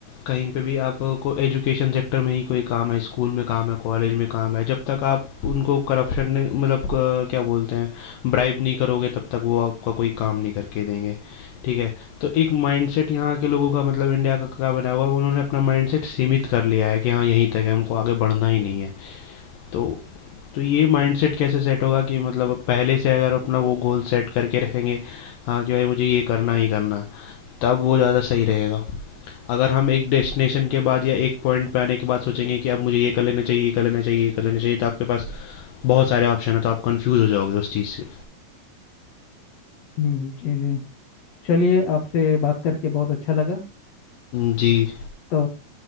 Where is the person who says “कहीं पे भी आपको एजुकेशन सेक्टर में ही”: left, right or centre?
Left